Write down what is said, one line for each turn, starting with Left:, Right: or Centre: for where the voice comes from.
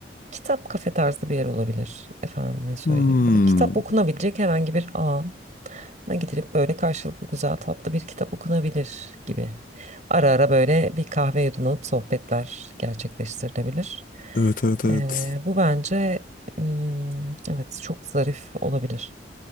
Right: kitap kafe tarzı bir yer olabilir. Efendim ne söyleyeyim.
Left: Hmm.
Right: Böyle kitap okunabilecek herhangi bir an'a gidilip böyle karşılıklı güzel tatlı bir kitap okunabilir gibi. Ara ara böyle bir kahve yudumlanıp sohbetler gerçekleştirilebilir.
Left: Evet evet evet.
Right: Ee, bu bence hmm, evet çok zarif olabilir.